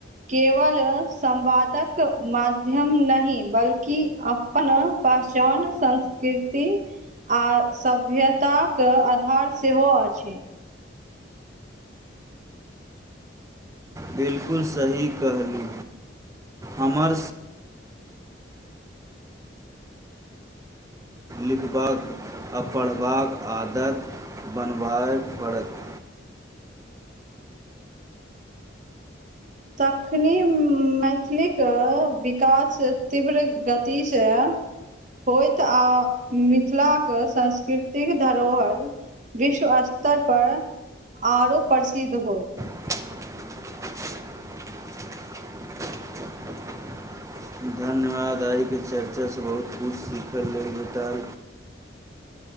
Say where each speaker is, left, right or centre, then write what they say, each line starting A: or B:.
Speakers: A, on the right (about 40°); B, on the right (about 15°).
A: केवल संवादक माध्यम नहि, बल्कि अप अपना पहचान, संस्कृति आ सभ्यताक आधार सेहो अछि।
B: 'बिलकुल' सही कहलु, हमर लिखबाक आ पढ़बाक आदत बनबय पड़त।
A: तखने मैथिलीक विकास, तीव्र गतिसँ होइत, आ मिथिलाके सास्कृतिक धरोहर विश्व स्तर पर, आरो प्रसिद्ध होइत।
B: धन्यवाद <unintelligible> बादारीके चर्चासँ बहुत किछु सीखल लेल भेटल।